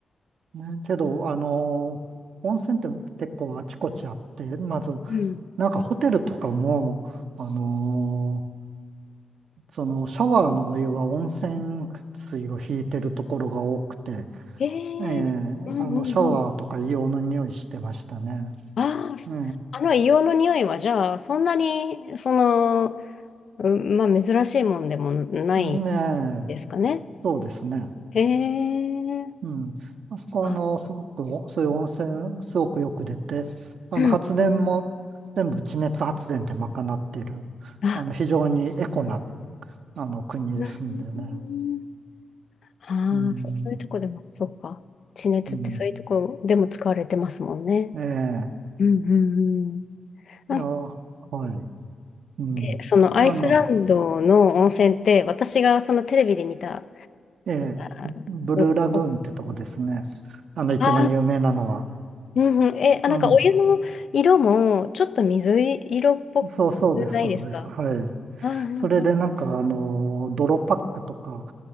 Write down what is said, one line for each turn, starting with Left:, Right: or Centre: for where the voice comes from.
Right: ねけど、あの、温泉って結構あちこちあって、まず、
Left: うん。
Right: なんかホテルとかも、あのそのシャワーのお湯は温泉水を引いてるところが多くて、
Left: えー、
Right: えーあの、
Left: うんうんうん。
Right: シャワーとか硫黄の匂いしてましたね。
Left: ああ、そあの硫黄の匂いは、
Right: う
Left: じゃあ、そんなに、その、うん、まあ、珍しいもんでもない
Right: ん、ねえ、
Left: ですかね。
Right: そうですね。
Left: へえ。
Right: うん。あそこは、
Left: あ、
Right: あの、すごくお、そういう温泉、すごくよく出て、あの、
Left: うんうん
Right: 発電も全部地熱発電で賄っている、
Left: あ、
Right: あの、非常にエコな、あの、国ですんでね。
Left: うん。ああ、
Right: うん、
Left: そ、そういうとこでも、そうか。地熱ってそういうとこでも使われてますもんね。
Right: うん、え
Left: うんうんうんなん
Right: え、いや、はい、うん。
Left: で、そのアイスランドの温泉って、
Right: あの、
Left: 私がそのテレビで見た
Right: ええ、
Left: あ
Right: ブルーラグーンってとこですね。
Left: のだと、
Right: あの、一番有名なのは。
Left: あーうんうん、え、あ、
Right: うん、
Left: なんかお湯の色もちょっと水色っぽく
Right: そうそうです、
Left: ないですか
Right: そうです。はい。
Left: あー、うんうん、
Right: それでなんかあの、泥パックとか、